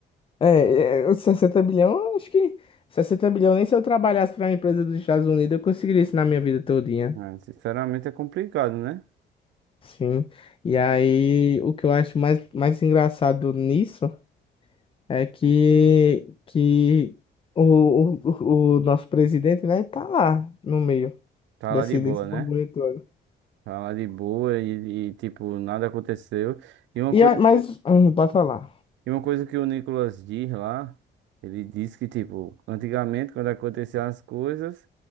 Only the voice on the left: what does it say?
É, é, os 60 bilhões, eu acho que 60 bilhões, nem se eu trabalhasse pra uma empresa dos Estados Unidos, eu conseguiria isso na minha vida todinha.
Sim. E aí, o que eu acho mais, mais engraçado nisso é que, que o, o, o o nosso presidente, né, tá lá no meio
desse,
desse
burburinho todo.
E a, mas,
hum, pode falar.